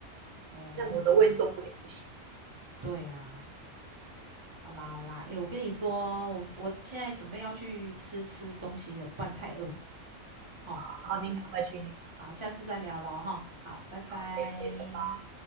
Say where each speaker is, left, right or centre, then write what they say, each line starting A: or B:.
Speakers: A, on the right; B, on the right.
A: 哦，
B: 这样我的胃受不了，不行。
A: 对啊，好啦好啦，诶，我跟你说，我我现在准备要去吃吃东西了，不然太饿了。好，
B: 啊。好，你赶快去，
A: 好，
B: 你赶快
A: 好，下次再聊喽，哈，好，拜拜。
B: 去 o OK，拜拜。